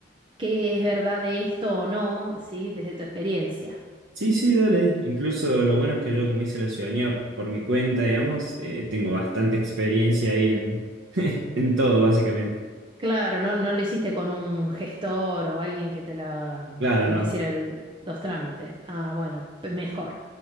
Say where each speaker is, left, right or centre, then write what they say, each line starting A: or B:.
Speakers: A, on the right; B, on the right.
A: qué es verdad de esto o no, ¿sí? Desde tu experiencia.
B: sí, sí, dale. Incluso lo bueno es que yo como hice la ciudadanía por mi cuenta, digamos, eh, tengo bastante experiencia ahí en, <laughs> en todo, básicamente.
A: Claro, no, no lo hiciste con un gestor o alguien que te la,
B: Claro,
A: que
B: no.
A: te hiciera el- los trámites. Ah, bueno, pe- mejor.